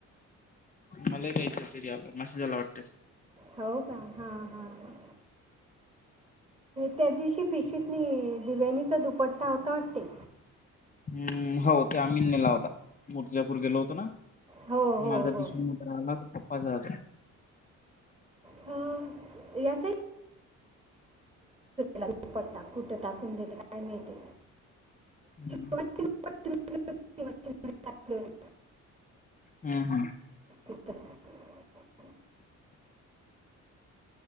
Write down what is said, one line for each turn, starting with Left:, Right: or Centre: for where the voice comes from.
Left: मला कायचं तरी याला मेसेज जाला वाटते.
Right: हो का हा हा हा. त्या दिवशी पिशवीत नाही दिव्यानीचा दुपट्टा होता वाटते.
Left: हम्म हो ते आम्ही नेला होता मुर्जापूर गेलो होतो ना
Right: हो हो
Left: माझ्या
Right: हो
Left: दिसून <unintelligible>
Right: हा यात दुपट्टा कुठे टाकून देते काय काय माहिती.
Left: <unintelligible>
Right: दोघांचे दुपट्टे धुतले होते, मशीनमध्ये टाकले होते
Left: हम्म हम्म.
Right: <unintelligible>